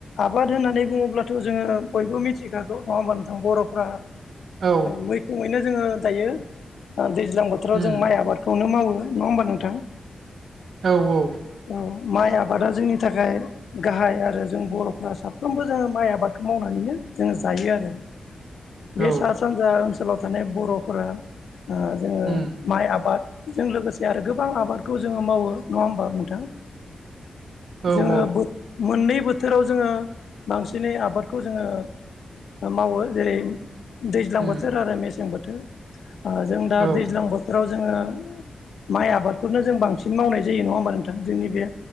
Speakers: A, on the left; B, on the right.
A: आबाद होननानै बुङोब्लाथ' जोङो बयबो मिथिखागौ नङा होमबा नोंथां बर'फ्रा।
B: औ
A: मैखोमैनो जोङो दायो दैज्लां बोथोराव
B: उम
A: जों माइ आबादखौनो मावो। नङा होमबा नोंथां?
B: औ औ।
A: औ माइ आबादा जोंनि थाखाय। गाहाय आरो जों बर'फ्रा साफ्रोमबो जोङो माइ आबादखौ मावनानैनो जोङो जायो आरो। <inaudible> बे
B: औ
A: सा सानजा ओनसोलाव थानाय बर'फोरा जोङो
B: उम
A: माइ आबाद। जों लोगोसे आरो गोबां आबादखौ जोङो मावो नङा होमबा नोंथां।
B: औ
A: जोङो
B: औ
A: मोननै बोथोराव जोङो बांसिनै आबादखौ जोङो मावो जेरै दैज्लां
B: उम
A: बोथोर आरो मेसें बोथोर जों दा
B: औ
A: दैज्लां बोथोराव जोङो माइ आबादखौनो जों बांसिन मावनाय जायो नङा होमबा नोंथां जोंनि बे